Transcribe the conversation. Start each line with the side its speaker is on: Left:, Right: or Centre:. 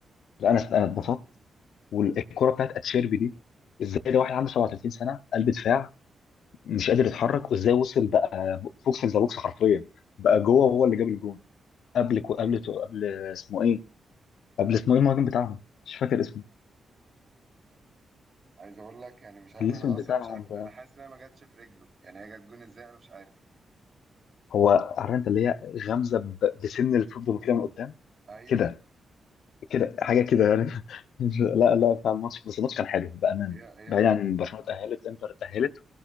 Left: لا انا انا اتبسطت والكره بتاعت اتشيربي دي ازاي ده واحد عنده 37 سنه قلب دفاع مش قادر يتحرك وازاي وصل بقى بوكس ذا بوكس حرفيا بقى جوه هو اللي جاب الجون قبل كو قبل قبل اسمه ايه قبل اسمه ايه المهاجم بتاعهم مش فاكر اسمه
Right: عايز اقول لك يعني مش عارف
Left: الاسم
Right: انا اصلا
Left: بتاعهم
Right: مش عارف
Left: ده
Right: انا حاسس انها ما جاتش في رجله يعني هي جت جون ازاي انا مش عارف
Left: هو عارف انت اللي هي غمزه ب- بسن الفوتبول كده من قدام
Right: ايوه
Left: كده كده حاجه كده يعني <laughs> مش- لا لا بتاع الماتش بس الماتش كان حلو بامانه
Right: هي
Left: بعيد
Right: هي نصيب
Left: عن برشلونه اتاهلت انتر اتاهلت